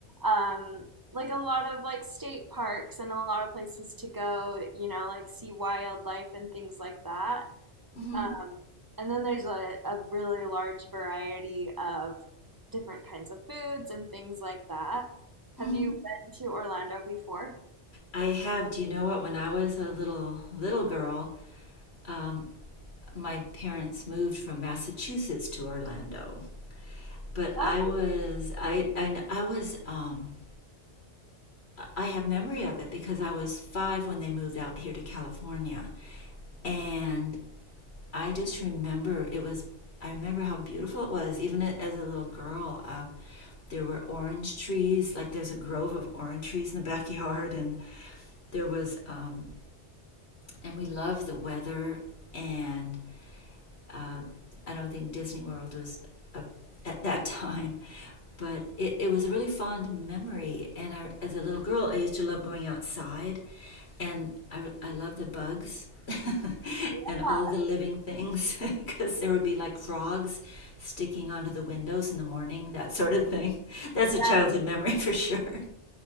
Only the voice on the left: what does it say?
Mm-hmm.
hmm
I have. Do you know what? When I was a little little girl, um, my parents moved from Massachusetts to Orlando. But I
was I I, I was um, I have memory of it because I was five when they moved out here to California, and I just remember it was. I remember how beautiful it was, even as a little girl. Uh, there were orange trees, like there's a grove of orange trees in the <laughs> backyard, and there was, um, and we loved the weather, and um, I don't think Disney World was a, at that <laughs> time, but it, it was a really fond memory. And I, as a little girl, I used to love going outside, and I, I love the bugs <laughs>
and all the living things because <laughs> there would be like frogs sticking onto the windows in the morning, that sort of thing. <laughs> That's a
childhood memory <laughs> for sure.